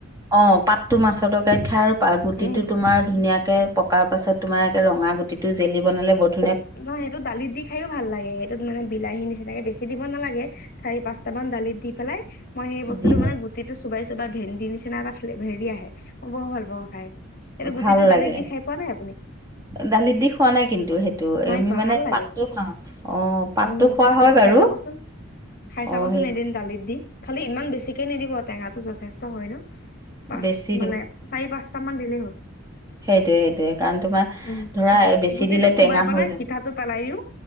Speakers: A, on the right (about 15°); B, on the left (about 45°).
A: অ পাতটো মাছৰ তৰকাৰীত খাই আৰু প গুটিটো
B: উম
A: তোমাৰ ধুনীয়া এ পকাৰ পাছত তোমাৰে ৰঙা গুটিটো জেলি বনালে বহু
B: নহ সেইটো দালিত দি খায়ো ভাল লাগে সেইটোত মানে বিলাহী নিচিনাকে বেছি দিব নালাগে চাৰি পাঁচ কটামান দালিত দি পেল মই সেই বস্তুটো
A: দি
B: মান গুটিতো চুবাই। বা ভেন্দি নিচিনা এটা ফে হেৰি আহে মই বৰ ভাল পাওঁ খাই। এইটো গুটিটো
A: ভাল
B: দালিত
A: লাগে
B: দি খাই পোৱা নাই আপুনি
A: দালিত দি খোৱা নাই কিন্তু সেই। টো
B: নাই
A: এমি
B: খোৱা
A: মানে
B: ভাল লাগে
A: পাতটো খাওঁ অ পাতটো
B: উম
A: খোৱা হয়
B: খাই
A: বাৰু
B: চাবচোন খাই চাবচোন
A: অ সেই
B: এদিন দালিত দি খালি ইমান বেছিকে নিদিব টেঙাটো যথেষ্ট হয় ন। পাঁচ
A: বেছি
B: মানে চাৰি পাঁচট মান দিলেই হ'ল।
A: সেইটোয়ে সেইটোয়ে কাৰণ তোমাৰ
B: উম
A: ধৰা বেছি
B: গুটিটো
A: দিলে।
B: চুবাই
A: টেঙা
B: পেলাই
A: হৈ যায়
B: সিঠাটো পেলাই দিও